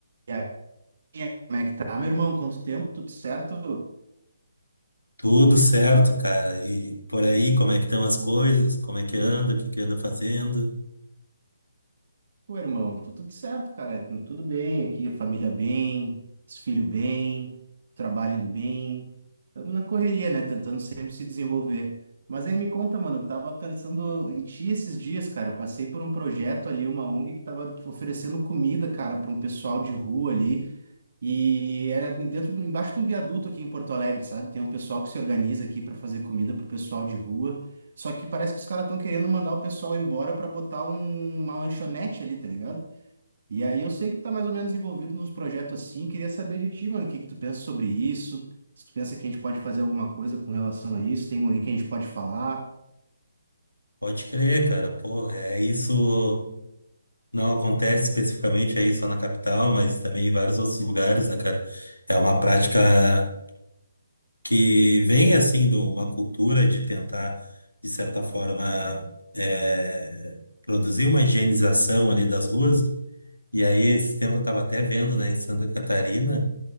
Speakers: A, on the right; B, on the left.
A: E aí, como é que tá, meu irmão? Quanto tempo? Tudo certo?
B: Tudo certo, cara. E por aí, como é que estão as coisas? Como é que anda? O que que anda fazendo?
A: Pô, irmão, tu- tudo certo, cara. Tudo bem aqui, a família bem, os filhos bem, trabalho indo bem. Estamos na correria, né? Tentando sempre se desenvolver. Mas aí me conta, mano, eu tava pensando em ti esses dias, cara. Passei por um projeto ali, uma ONG que tava oferecendo comida, cara, para um pessoal de rua ali. E era dentro do, embaixo de um viaduto aqui em Porto Alegre, sabe? Tem um pessoal que se organiza aqui para fazer comida pro pessoal de rua. Só que parece que os caras estão querendo mandar o pessoal embora para botar um- uma lanchonete ali, tá ligado? E aí eu sei que tu tá mais ou menos envolvido nos projetos assim. Queria saber de ti, mano, o que que tu pensa sobre isso? Se tu pensa que a gente pode fazer alguma coisa com relação a isso, tem alguém que a gente pode falar.
B: Pode crer, cara. Pô, é isso. Não acontece especificamente aí só na capital, mas também em vários outros lugares, né, cara? É uma prática que vem, assim, de uma cultura de tentar, de certa forma, é, produzir uma higienização ali das ruas. E aí, esse tempo eu estava até vendo, né, em Santa Catarina.